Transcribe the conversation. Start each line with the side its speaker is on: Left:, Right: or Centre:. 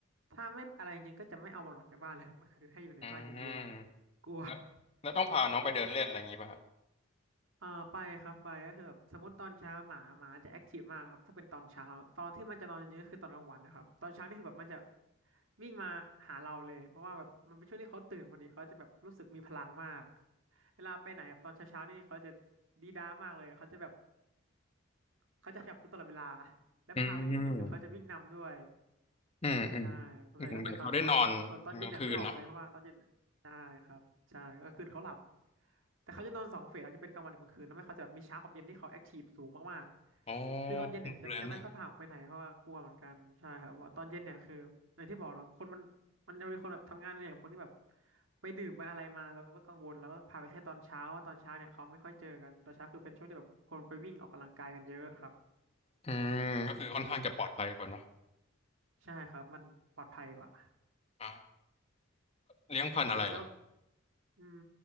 Right: ถ้าไม่อะไรจริงก็จะไม่เอามันออกจากบ้านเลยครับ <laughs> ก็คือให้อยู่ในบ้านอย่างเดียว
Left: อืมแล้วแล้วต้องพาน้องไปเดินเล่นอะไรอย่างงี้ป่ะฮะ
Right: กลัว เอ่อไปครับไปก็คือแบบสมมติตอนเช้าหมาหมาจะแอคทีฟมากนะครับถ้าเป็นตอนเช้าตอนที่มันจะนอนจริงๆก็คือตอนกลางวันนะครับตอนเช้านี่คือแบบมันจะวิ่งมาหาเราเลยเพราะว่าแบบมันเป็นช่วงที่เขาตื่นพอดีเขาจะแบบรู้สึกมีพลังมากเวลาไปไหนแบบตอนเช้าๆนี่เขาจะดีด้ามากเลยเขาจะแบบเขาจะขยับตัวตลอดเวลาและพาไปวิ่งเนี่ยคือเขาจะวิ่งนำด้วย
Left: อืมอืมอืมเหมือนเหมือนเขาได้นอนตอนกลางคืนเนาะ
Right: ใช่ส่วนใหญ่ก็เป็นตอนเช้าครับส่วนตอนเย็นเนี่ยไม่ออกเลยเพราะว่าตอนเย็นใช่ครับใช่ก็คืนเขาหลับแต่เขาจะนอนสองเฟสเขาจะเป็นกลางวันกับกลางคืนแล้วไม่เขาจะแบบมีเช้ากับเย็นที่เขาแอคทีฟสูงมากๆคือตอนเย็นเนี่ยจะจะไม่ค่อยพาออกไปไหนเพราะว่ากลัวเหมือนกันใช่ครับว่าตอนเย็นเนี่ยคืออย่างที่บอกเนาะคนมันมันจะมีคนแบบทำงานเนี่ยกับคนที่แบบ
Left: อ๋อเพิ่งรู้เลยเนี่ย
Right: ไปดื่มไปอะไรมาแล้วก็กังวลแล้วก็พาไปแค่ตอนเช้าว่าตอนเช้าเนี่ยเขาไม่ค่อยเจอกันตอนเช้าคือเป็นช่วงที่แบบคนไปวิ่งออกกำลังกายกันเยอะครับ
Left: อืมก็คือค่อนข้างจะปลอดภัยกว่าเนาะ
Right: ใช่ครับมันปลอดภัยกว่า
Left: อ่า เลี้ยงพันธุ์อะไรเหรอ
Right: แล้ว อืม